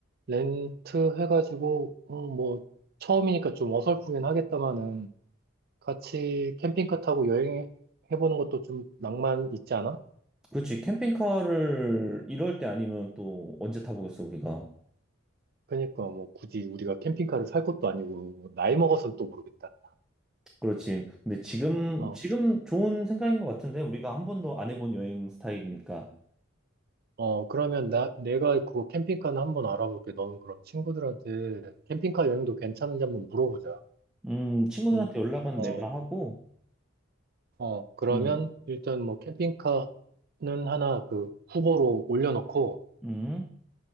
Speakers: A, on the right; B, in the centre.
A: 렌트해가지고, 음, 뭐, 처음이니까 좀 어설프긴 하겠다마는 같이 캠핑카 타고 여행해보는 것도 좀 낭만 있지 않아?
B: 그렇지. 캠핑카를 이럴 때 아니면 또 언제 타보겠어, 우리가.
A: 그러니까 뭐 굳이 우리가 캠핑카를 살 것도 아니고, 뭐 나이 먹어서는 또 모르겠다.
B: 그렇지. 근데 지금,
A: 어,
B: 지금 좋은 생각인 것 같은데, 우리가 한 번도 안 해본 여행 스타일이니까.
A: 어, 그러면 나, 내가 그거 캠핑카는 한번 알아볼게. 너는 그럼 친구들한테 캠핑카 여행도 괜찮은지 한번 물어보자.
B: 음, 친구들한테
A: 음,
B: 연락은
A: 어,
B: 내가 하고,
A: 어, 그러면
B: 음,
A: 일단 뭐 캠핑카는 하나 그 후보로 올려놓고,
B: 음,